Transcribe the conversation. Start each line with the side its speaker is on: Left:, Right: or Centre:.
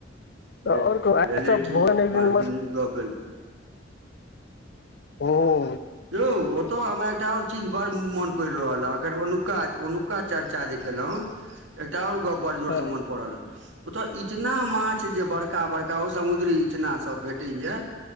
Left: त
Right: भे
Left: और कहु आर
Right: भेलै
Left: सब
Right: कि
Left: भोजन एक दिन
Right: बड़ नीक गप भेल
Left: हुं।
Right: यौ ओतौ हमरा एकटा और चीज बड़ मोन पैड़ रहल अखन ओनुका, ओनुका चर्चा जे केलौ ते एकटा और गप बड़ जोर
Left: हँ
Right: से मोन पड़ल अय, ओतऽ इचना माछ जे बड़का-बड़का ओ समुद्री इचना सब भेटैया,